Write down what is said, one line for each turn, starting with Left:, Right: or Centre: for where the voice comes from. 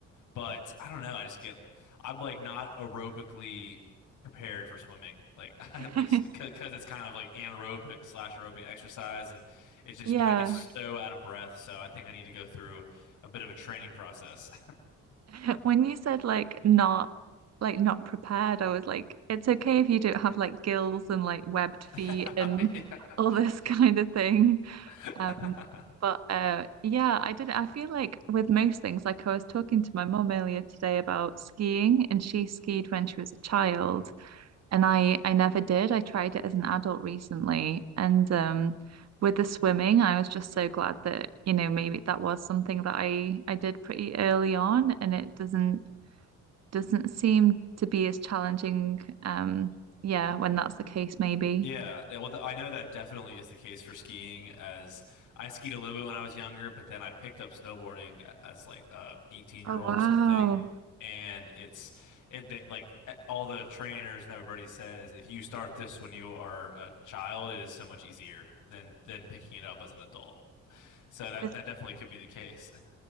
Left: But I don't know. I just get, I'm like not aerobically prepared for swimming. Like, <laughs> I
Right: <laughs>
Left: like, because it's kind of like anaerobic slash aerobic exercise. And it's just,
Right: Yeah.
Left: I get so out of breath. So I think I need to go through a bit of a training process.
Right: <laughs> When you said like not like not prepared, I was like, it's okay if you don't have like gills and like webbed feet
Left: <laughs>
Right: and <laughs>
Left: Yeah.
Right: all this kind of thing.
Left: <laughs>
Right: Um, but uh yeah, I did I feel like with most things, like I was talking to my mom earlier today about skiing and she skied when she was a child. and I I never did. I tried it as an adult recently, and um, with the swimming, I was just so glad that you know maybe that was something that I I did pretty early on, and it doesn't doesn't seem to be as challenging. Um, yeah, when that's the case, maybe.
Left: Yeah, that- well, th- I know that definitely is the case for skiing as I skied a little bit when I was younger, but then I picked up snowboarding a- as like a 18
Right: Oh,
Left: year
Right: wow.
Left: old or something. And it's it they, like e- all the trainers and everybody says if you start this when you are a child, it is so much easier than than picking it up as an adult. So that
Right: The
Left: that definitely could be the case.